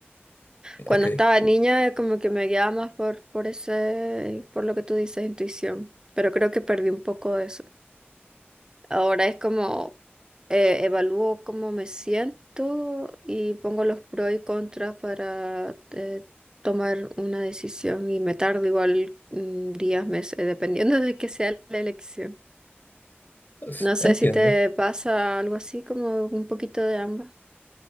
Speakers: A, on the right; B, on the left.
A: Cuando
B: ok.
A: estaba niña, eh, como que me guiaba más por, por ese, por lo que tú dices, intuición. Pero creo que perdí un poco de eso. Ahora es como eh, evalúo cómo me siento y pongo los pros y contras para eh, tomar una decisión y me tardo igual mm, días, meses, dependiendo de que sea la elección.
B: S-
A: No sé
B: Entiendo.
A: si te pasa algo así, como un poquito de ambas.